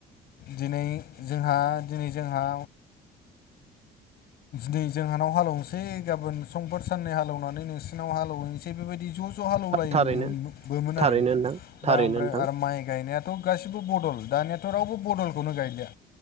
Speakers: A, on the left; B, on the right.
A: दिनै जोंहा दिनै जोंहा दिनै जोंहानाव हालेवनोसै गाबोन समफोर साननै हालेवनानै नोंसोर बिनाव हालेवहैनोसै बेबायदि ज' ज' हालौवलायोमोनबो
B: थारैनो थारैनो
A: आरो।
B: नोंथां
A: दा
B: थारैनो
A: ओमफ्राय
B: नोंथां
A: आरो माइ गायनायाथ' गासिबो बदल दानियाथ' रावबो बदलखौनो गायलिया।